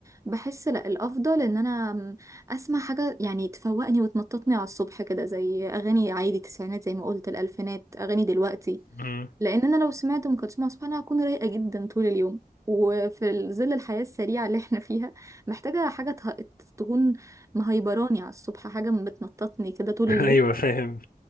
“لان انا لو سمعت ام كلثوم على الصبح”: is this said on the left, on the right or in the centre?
Right